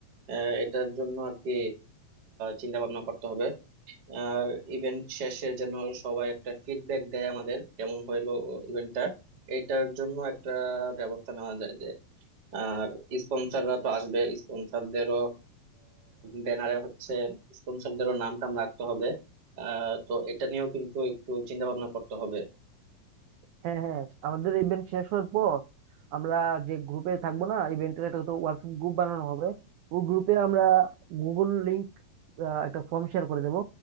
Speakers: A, on the right (about 45°); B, on the right (about 85°).
A: আহ, এটার জন্য আর কি চিন্তা ভাবনা করতে হবে আর ইভেন্ট শেষে যেন সবাই একটা ফিডব্যাক দেয় আমাদের কেমন হইলো ইভেন্টটা এটার জন্য একটা ব্যবস্থা নেওয়া যায় যে আর স্পন্সররা তো আসবে স্পন্সরদেরও ব্যানারে হচ্ছে স্পন্সরদেরও নাম টাম রাখতে হবে আহ, তো এটা নিয়েও কিন্তু একটু চিন্তা ভাবনা করতে হবে
B: হ্যাঁ হ্যাঁ আমাদের ইভেন্ট শেষ হওয়ার পর আমরা যে গ্রুপে থাকবো না ইভেন্টের একটা তো হোয়াটসঅ্যাপ গ্রুপ বানানো হবে ওই গ্রুপে আমরা গুগল লিংক একটা ফর্ম শেয়ার করে দেবো